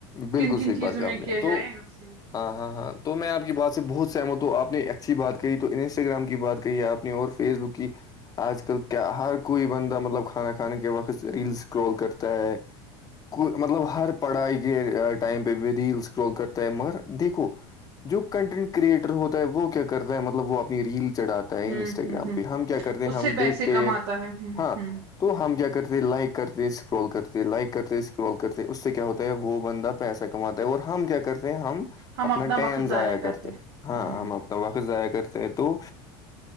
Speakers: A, on the left; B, on the right.
A: بالکل
B: کن کن
A: صحیح
B: چیزوں
A: بات کہ
B: میں
A: آپ نے
B: کیا
A: تو
B: جائے اسی میں۔
A: ہاں ہاں ہاں تو میں آپ کی بات سے بہت سہمت ہوں آپ نے اچھی بات کہی تو انسٹاگرام کی بات کہی آپ نے اور فیس بک کی آج کل کیا ہر کوئی بندہ مطلب کھانا کھانے کے وقت ریلس کررال کرتا ہے کو مطلب ہر پڑھائی کے ٹائم پہ بھی ریل اسکرول کرتا ہے مگر دیکھو جو کنٹینٹ کریٹر ہوتا ہے وہ کیا کرتا ہے مطلب وہ اپنی ریل چڑھاتا انسٹاگرام
B: ہوں ہوں ہوں
A: پہ ہم کیا کرتے ہیں
B: اس
A: ہم
B: سے پیسے
A: دیکھتے
B: کماتا ہے ہوں
A: ہاں
B: ہوں
A: تو ہم کیا کرتے لائک کرتے اسکرول کرتے لائک کرتے اسکرول کرتے اس سے کیا ہوتا وہ بندہ پیسہ کماتا ہے اور ہم کیا کرتے ہیں ہم
B: ہم
A: اپنا ٹم
B: وقت
A: ضائع کرتے
B: ہیں۔
A: ہاں
B: ہوں
A: ہم اپنا وقت ضائع کرتے ہیں تو